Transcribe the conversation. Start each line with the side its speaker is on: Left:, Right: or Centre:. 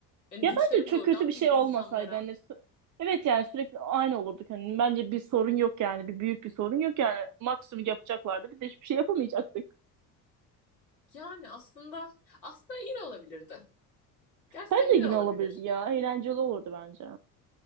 Left: Yani
Right: Ya
Left: güçlerimiz
Right: bence çok
Left: olurdu
Right: kötü
Left: anladın
Right: bir şey
Left: mı insanlara?
Right: olmasaydı. Hani sü- evet yani sürekli aynı olurduk. Hani bence bir sorun yok yani. Bir büyük bir sorun yok yani. Maksimum yapacaklardı. Biz de hiçbir şey yapamayacaktık.
Left: Yani aslında aslında iyi de olabilirdi. Gerçekten
Right: Bence
Left: iyi
Right: yine
Left: de olabilir.
Right: olabilirdi ya. Eğlenceli olurdu bence.